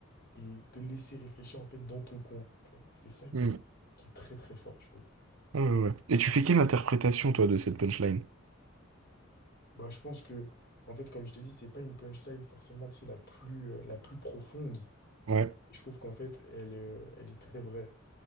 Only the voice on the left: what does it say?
et te laisser réfléchir en fait dans ton coin, tu vois. C'est ça qui
est, qui est très très fort, je trouve.
Bah, je pense que, en fait, comme je t'ai dit, c'est pas une punchline forcément, tu sais, la plus, euh, la plus profonde.
Et je trouve qu'en fait, elle, euh, elle est très vraie.